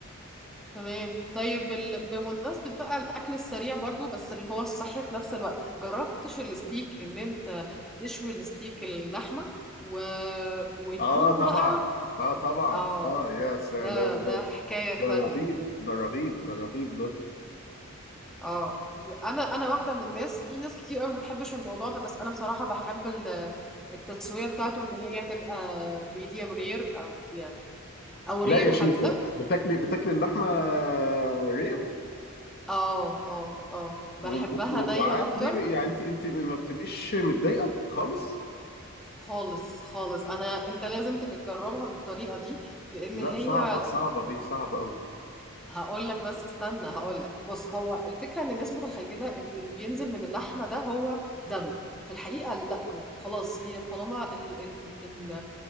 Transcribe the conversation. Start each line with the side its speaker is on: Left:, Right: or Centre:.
Centre: تمام طيب ال... بمناسبة بقى الأكل السريع برضو بس اللي هو الصحي في نفس الوقت جربتش الستيك إن أنت تشوي الستيك اللحمة و... ويكون
Left: اه طبعا
Centre: بقى
Left: اه طبعا
Centre: آه
Left: اه يا سلام
Centre: ده ده
Left: ده
Centre: حكاية
Left: ده
Centre: تانية
Left: رهيب ده رهيب ده رهيب ده
Centre: آه وأنا أنا واحدة من الناس في ناس كتير قوي ما بتحبش الموضوع ده بس أنا بصراحة بحب ال- التسوية بتاعته إن هي تبقى ميديوم رير أو يعني أو
Left: لا
Centre: رير
Left: يا شيخة
Centre: حتى
Left: بتاكلي بتاكلي اللحمه رير
Centre: آه آه آه بحبها
Left: و- و-
Centre: نية
Left: وعادي
Centre: أكتر
Left: دي بي- يعني انت انت ما بتبقيش متضايقه خالص
Centre: خالص خالص انا انت لازم تجربها بالطريقه دي لان
Left: لا
Centre: هي
Left: صعبه صعبه دي صعبه قوي
Centre: هقول لك بس استنى هقول لك بص هو الفكره ان الناس متخيله ان اللي بينزل من اللحمه ده هو دم في الحقيقه لا خلاص هي طالما ال ال ال